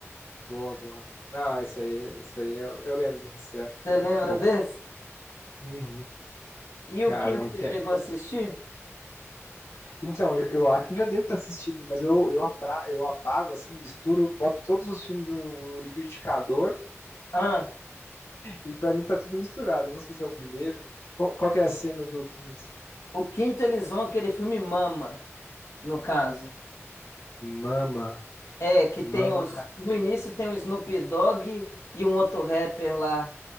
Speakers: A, on the left (about 60°); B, on the left (about 85°).
A: Boa, boa. Não, isso aí, isso aí eu, eu lembro dessa cena.
B: Você lembra
A: Muito bom.
B: desse?
A: Uhum.
B: E o
A: Caramba.
B: quinto você
A: tem-
B: chegou a assistir?
A: Então, eu eu acho que eu já devo ter assistido, mas eu, eu, apra- eu apago, assim, misturo, boto todos os filmes no, no liquidificador
B: Ah,
A: e pra mim tá tudo misturado. Eu Não sei se é o primeiro. Qual, qual que é a cena do quinto?
B: o quinto eles vão aquele filme Mama, no caso.
A: Mama,
B: É, que tem
A: mama.
B: os. No início tem o Snoop Dogg e um outro rapper lá.